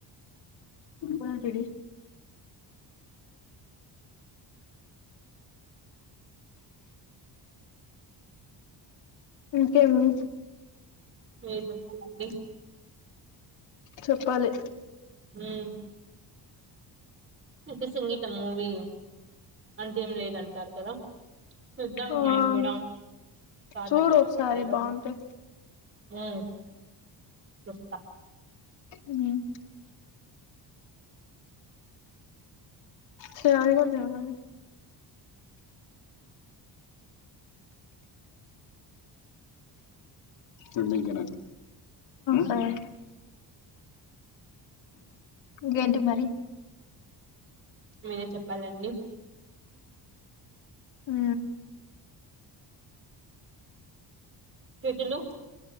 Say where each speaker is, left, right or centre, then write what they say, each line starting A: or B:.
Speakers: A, on the left; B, on the right.
A: బపిడి ఇంకేమీ
B: మీ చెప్పాలండి
A: చెప్పాలి
B: ఉమ్ అయితే సంగీతం మూవీ అంతేం లేదంటారు కదా చూద్దాం
A: ఆ
B: నేను కూడా పాటలేట్లొస్తాయో
A: చూడు ఒకసారి బాగుంటాయి
B: ఉ చూస్త
A: ఉమ్ చారి కొంటను ఆ సరే ఇంకేంటి మరి
B: మీరే చెప్పాలండి
A: ఊ
B: కెటిలు